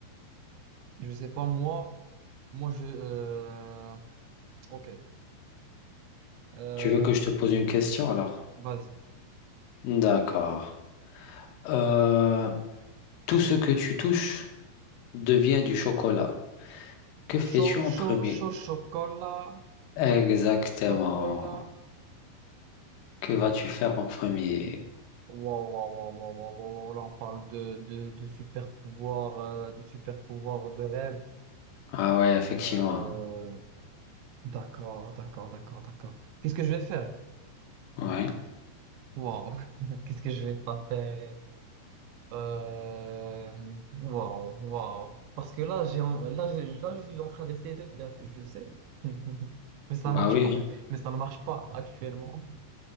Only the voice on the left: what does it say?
Tu veux que je te pose une question alors?
D'accord. Euh, tout ce que tu touches devient du chocolat. Que fais-tu
en
premier?
Exactement.
Que vas-tu faire en premier?
Ah ouais, effectivement.
Ouais.
Bah
oui.